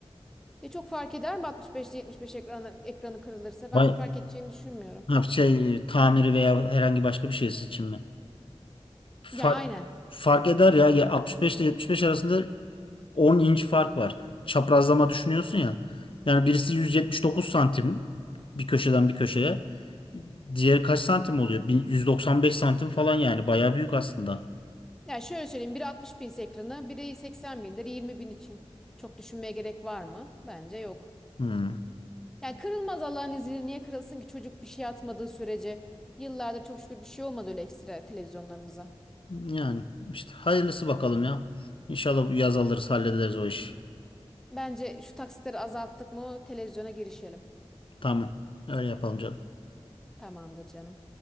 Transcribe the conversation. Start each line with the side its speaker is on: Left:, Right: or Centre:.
Centre: Ya çok fark eder mi 65 ile 75 ekranı, ekranı kırılırsa
Left: Bay
Centre: ben fark edeceğini düşünmüyorum.
Left: ha, şey tamiri veya herhangi başka bir şeysi için mi? Fark,
Centre: Ya aynen.
Left: fark eder ya. Ya 65 ile 75 arasında 10 inç fark var. Çaprazlama düşünüyorsun ya. Yani birisi 179 santim bir köşeden bir köşeye. Diğeri kaç santim oluyor? Bir- 195 santim falan yani. Bayağı büyük aslında.
Centre: Ya şöyle söyleyeyim biri 60 binse ekranı biri 80 bindir 20 bin için. Çok düşünmeye gerek var mı? Bence yok.
Left: Hmm.
Centre: Yani kırılmaz Allah'ın izniyle niye kırılsın ki çocuk bir şey atmadığı sürece yıllardır çok şükür bir şey olmadı öyle ekstra televizyonlarımıza.
Left: Yani işte hayırlısı bakalım ya. İnşallah bu yaz alırız hallederiz o işi.
Centre: Bence şu taksitleri azalttık mı televizyona girişelim.
Left: Tamam. Öyle yapalım canım.
Centre: Hı. Tamamdır canım.